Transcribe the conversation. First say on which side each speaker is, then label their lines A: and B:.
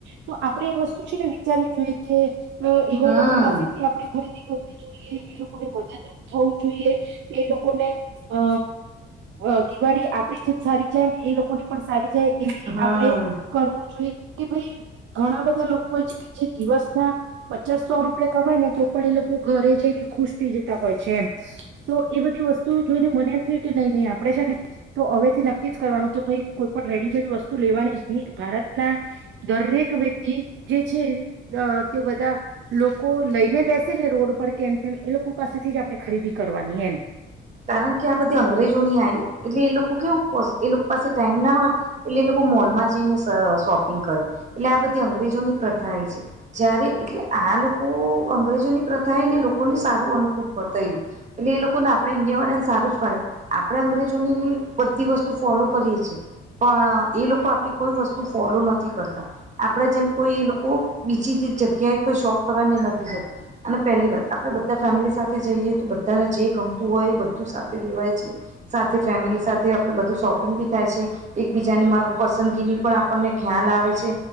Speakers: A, on the right; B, on the right.
A: તો આપણેે એ વસ્તુ છે, ને વિચારવી જોઈએ કે એવા
B: હમ
A: લોકો પાસેથી આપ ખરીદી કરવી જોએ એ લોકોને મદદરૂપ થવું, જોઈએ એ લોકોને અ અ દિવાળી આપડી જેમ સારી જાય એમ એ લોકોને પણ સારી જાય, એવી
B: હમ
A: આપડે કરવું જોઈએ કે ભાઈ ઘણા બધા લોકો હો છે, કે જે દિવસ ના પચાસસો રૂપિયા કવાય ને તો પણ એ લોકો ઘરે જઈને ખુશ થઈ જતા હોય છે, એમ તો એ બધી વસ્તુ જોઈને મને એમ થયું કે નઈ, નઈ આપડે છે. ને તો હવે થી નક્કી જ કરવાનું કે ભાઈ કોઈ પણ, રેડીમેડ વસ્તુ લેવાની જ નહી ભારત ના દરેક વ્યક્તિ જે છે, તે બધા લોકો લઈને બેસે ને રોડ પર કેમ, કેમ એ લોકો પાસેથી જ આપણે ખરીદી કરવાની એમ
B: કારણ કે આ બધી અંગ્રેજો ની આવી એટલે, એ લોકો કેવું એ લોકો પાસે ટાઈમ ના હોય એટલે એ લોકો મોલમાં જઈને શોપિંગ કરે એટલે, આ બધી અંગ્રેજોની પ્રથા એ છે. જ્યારે એટલે આ લોકો અંગ્રેજોની પ્રથા એ ને લોકોને સારું અનુકૂળ કર થયું એટલે એ લોકો ના આપ આપણે ઇન્ડિયા વાળા ને સારું જ પડે આપણે અંગ્રેજોની બધી વસ્તુ ફોલો કરીએ છીએ. પણ એ લોકો આપડી કોઈ વસ્તુ ફોલો નથી કરતા. આપડા જેમ કોઈ એ લોકો બીજી જગ્યાએ કોઈ શોપ કરવાની નથી જતા અને પહેલી વાત આપડે બધા ફેમિલી સાથે જઈએ તો બધાને જે ગમ હોય બધું સાથે લેવાય છે સાથે ફેમિલી સાથે આપડે બધું શોપિંગ બી થાય છે. એકબીજાની પસંદગીની પણ આપણને ખ્યાલ આવે છે